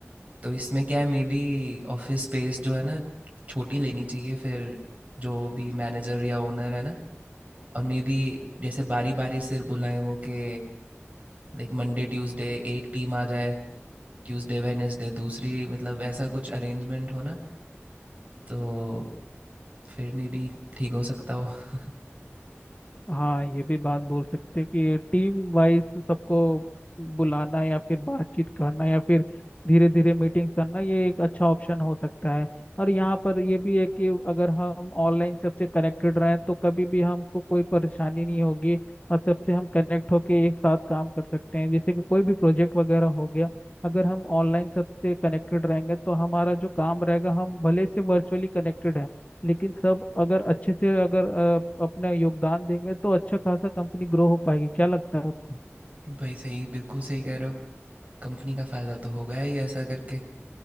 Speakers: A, on the right; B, on the left.
A: तो इसमें क्या है मे बी ऑफिस स्पेस जो है ना छोटी लेनी चाहिए फिर जो भी मैनेजर या ओनर है ना और मे बी जैसे बारी बारी से बुलाएं वो के लाइक मंडे ट्यूसडे एक टीम आ जाए ट्यूसडे वेडनेसडे दूसरी मतलब ऐसा कुछ अरेंजमेंट हो ना तो फिर मे बी ठीक हो सकता हो
B: हाँ ये भी बात बोल सकते हैं कि टीम वाइज सबको बुलाना या फिर बातचीत करना या फिर धीरे धीरे मीटिंग करना ये एक अच्छा ऑप्शन हो सकता है और यहाँ पर ये भी है कि अगर हम ऑनलाइन सबसे कनेक्टेड रहें तो कभी भी हमको कोई परेशानी नहीं होगी और सबसे हम कनेक्ट होके एक साथ काम कर सकते हैं जैसे कि कोई भी प्रोजेक्ट वगैरह हो गया अगर हम ऑनलाइन सबसे कनेक्टेड रहेंगे तो हमारा जो काम रहेगा हम भले से वर्चुअली कनेक्टेड हैं लेकिन सब अगर अच्छे से अगर अ, अपना योगदान देंगे तो अच्छा खासा कंपनी ग्रो हो पाएगी क्या लगता है आपको
A: भाई सही बिल्कुल सही कह रहे हो कंपनी का फ़ायदा तो होगा ही ऐसा करके